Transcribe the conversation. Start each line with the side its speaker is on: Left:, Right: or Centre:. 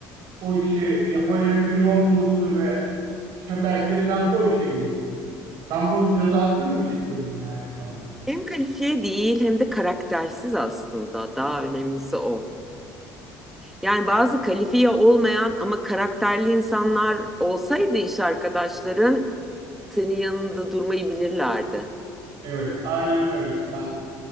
Right: o işe yapacak biri olmaması ve işte belki de şansı o işe giriyor. Ben bunun cezasını mı çekiyorum yani şu anda?
Centre: Hem kalifiye değil hem de karaktersiz aslında. Daha önemlisi o. Yani bazı kalifiye olmayan ama karakterli insanlar olsaydı iş arkadaşların senin yanında durmayı bilirlerdi.
Right: Evet, aynen öyle. Ben